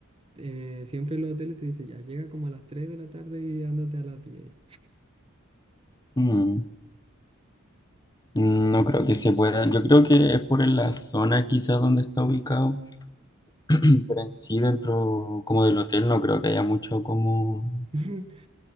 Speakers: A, on the right; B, on the left.
A: eh, siempre en los hoteles te dice, ya llega como a las 3 de la tarde y ándate a las diez
B: Mm, No creo que se pueda. Yo creo que es por la zona quizás donde está ubicado. <clears throat> Pero en sí, dentro como del hotel, no creo que haya mucho como
A: <laughs>